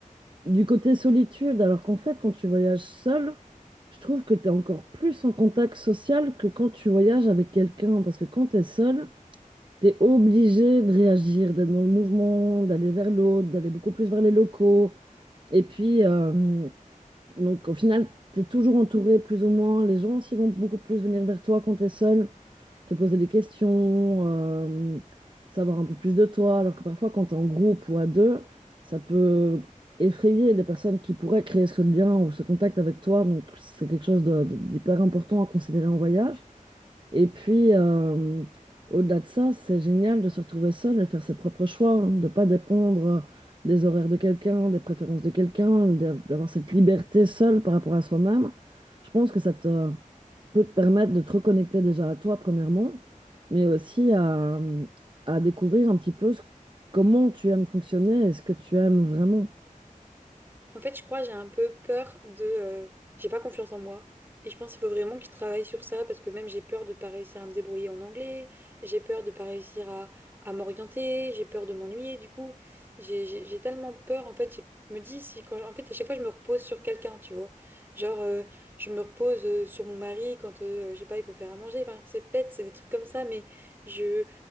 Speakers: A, on the right; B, on the right.
A: du côté solitude, alors qu'en fait, quand tu voyages seul, je trouve que tu es encore plus en contact social que quand tu voyages avec quelqu'un. Parce que quand tu es seul, tu es obligé de réagir, d'être dans le mouvement, d'aller vers l'autre, d'aller beaucoup plus vers les locaux. Et puis, euh, donc au final, tu es toujours entouré plus ou moins. Les gens aussi vont beaucoup plus venir vers toi quand tu es seul te poser des questions, euh, savoir un peu plus de toi, alors que parfois quand tu es en groupe ou à deux, ça peut effrayer les personnes qui pourraient créer ce lien ou ce contact avec toi, donc c'est quelque chose de, de- d'hyper important à considérer en voyage. Et puis, euh, au-delà de ça, c'est génial de se retrouver seul et faire ses propres choix, hein, de ne pas dépendre des horaires de quelqu'un, des préférences de quelqu'un, d'av- d'avoir cette liberté seule par rapport à soi-même. Je pense que ça te, peut te permettre de te reconnecter déjà à toi, premièrement, mais aussi à, à découvrir un petit peu ce- comment tu aimes fonctionner et ce que tu aimes vraiment.
B: En fait, je crois que j'ai un peu peur de... euh, j'ai pas confiance en moi. Et je pense qu'il faut vraiment que je travaille sur ça parce que même j'ai peur de pas réussir à me débrouiller en anglais, j'ai peur de pas réussir à, à m'orienter, j'ai peur de m'ennuyer du coup. J'ai j'ai- j'ai tellement peur, en fait, je me dis si quand... En fait, à chaque fois, je me repose sur quelqu'un, tu vois. Genre, euh, je me repose euh, sur mon mari quand, euh, je sais pas, il faut faire à manger. Enfin, c'est bête, c'est des trucs comme ça, mais je...